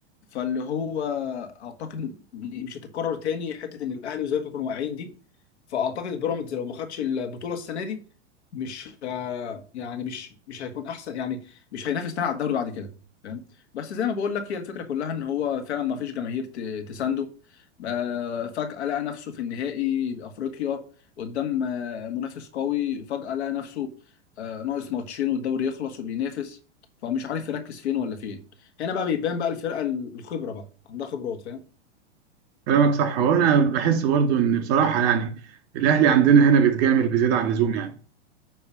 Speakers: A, on the left (about 70°); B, on the right (about 45°).
A: فاللي هو اعتقد مش هتتكرر تاني حته ان الاهلي والزمالك يكونوا واقعين دي فاعتقد بيراميدز لو ما خدش البطوله السنه دي مش آه، يعني مش مش هيكون احسن يعني مش هينافس تاني على الدوري بعد كده فاهم بس زي ما بقول لك هي الفكره كلها ان هو فعلا ما فيش جماهير ت- تسانده آه، فجاه لقى نفسه في النهائي بافريقيا قدام آه، منافس قوي فجاه لقى نفسه آه، ناقص ماتشين والدوري يخلص وبينافس فمش عارف يركز فين ولا فين هنا بقى بيبان بقى الفرقه الخبره بقى عندها خبرات فاهم
B: كلامك صح وانا بحس برضو ان بصراحه يعني الاهلي عندنا هنا بيتجامل بزياده عن اللزوم يعني